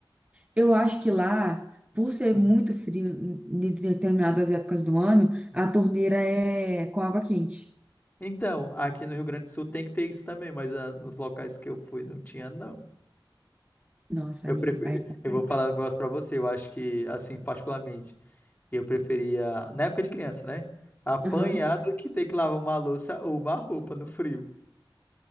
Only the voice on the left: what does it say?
Hum.
Então, aqui no Rio Grande do Sul tem que ter isso também, mas ah, nos locais que eu fui não tinha, não.
Eu
prefiro,
eu vou falar um negócio pra você, eu acho que, assim, particularmente, eu preferia, na época de criança, né? Apanhar
do que ter que lavar uma louça ou uma roupa no frio.